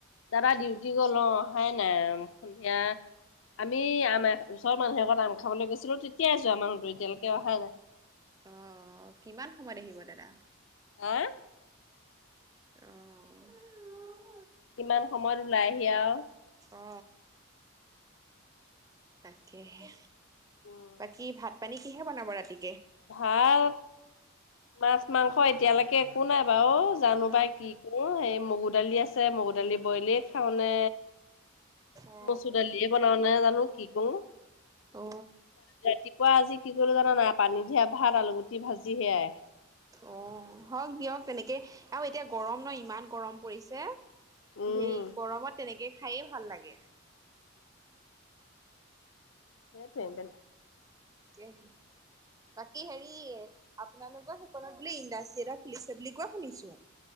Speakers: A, on the left; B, on the right.
A: দাদা ডিউটি গল। অহাই নাই সন্ধিয়া
B: অ
A: আমি আম ওচৰ মানুহ এঘৰত আম খাবলৈ গৈছিলো, তেতিয়াই যোৱা মানুহটো এতিয়ালৈকে অহাই নাই।
B: অ, কিমান সময়ত আহিব দাদা?
A: হয়
B: অ, অ।
A: কিমান সময়ত ওলাই আহি আৰু
B: অ, তাকেহে।
A: উম
B: বাকী ভাত পানী কিহে বনাব ৰাতি।
A: ভাত, মাছ-মাংস এতিয়ালৈকে একো নাই বাৰু। জানো পাই
B: অ
A: কি কৰো সেই মগু দালি আছে। মগু দালি বইলি খাও নে
B: অ
A: মচুৰ দালিয়ে বনাও নে জানো কি কৰোঁ,
B: অ
A: ৰাতিপুৱা আজি কি কলো জানা নে নাই? পানী দিয়া ভাত, আলুগুটি ভাজি সেয়াই।
B: অ হওক দিয়ক, তেনেকে আৰু এতিয়া গৰম ন ইমান গৰম পৰিছে।
A: উম
B: সেই গৰমত তেনেকে খায়ে ভাল লাগে।
A: সেইটো এ দেন
B: একে। বাকী হেৰি, আপোনালোকৰ সেইখনত বোলে ইণ্ডাষ্টি এটা খুলিছে বুলি কোৱা শুনিছো।